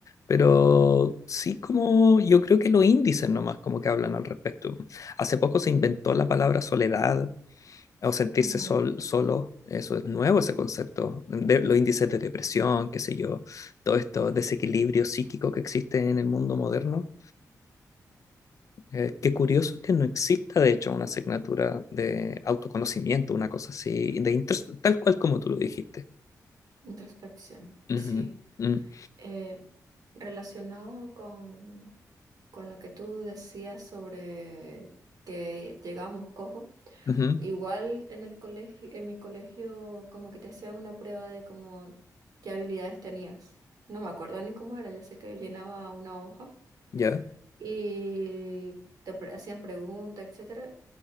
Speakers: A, on the left (about 55°); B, on the right (about 75°).
A: pero sí como yo creo que los índices nomás como que hablan al respecto. Hace poco se inventó la palabra soledad o sentirse
B: ujú.
A: sol, solo, eso es nuevo ese concepto, de, los índices de depresión, qué sé yo, todo esto desequilibrio psíquico que existe en el mundo moderno. Eh, qué curioso que no exista, de hecho, una asignatura de autoconocimiento, una cosa así, de intros- tal cual como tú lo dijiste.
B: Introspección,
A: Ujú,
B: sí.
A: mm,
B: Eh, relacionado con, con lo que tú decías sobre que llegábamos cojos,
A: ujú,
B: igual en el colegio, en mi colegio como que te hacían una prueba de como qué habilidades tenías. No me acuerdo ni cómo era, yo sé que llenaba una hoja
A: ¿Ya?
B: y te pre- hacían preguntas, etcétera.